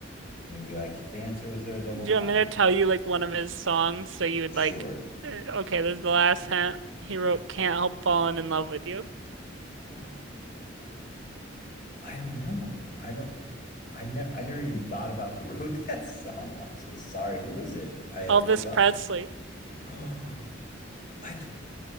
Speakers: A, on the left; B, on the right.
A: And you will be like, the answer was there the whole
B: Do
A: time.
B: you want me to tell you like one of his songs so you would
A: Sure.
B: like? eh, Okay, this is the last hint. He wrote "Can't Help Falling in Love with You."
A: <gasps> I don't know. I don't, I never, I never even thought about who <laughs> wrote that song. I'm so sorry. Who was it? I have
B: Elvis
A: give up.
B: Presley.
A: <gasps> I, th-